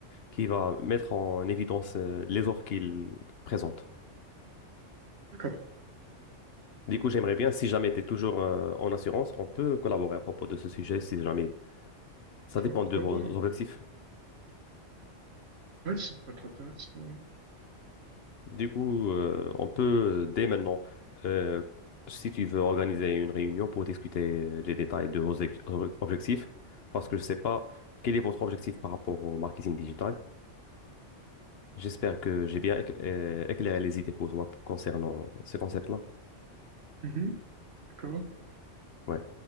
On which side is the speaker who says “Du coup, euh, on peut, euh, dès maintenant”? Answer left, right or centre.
Left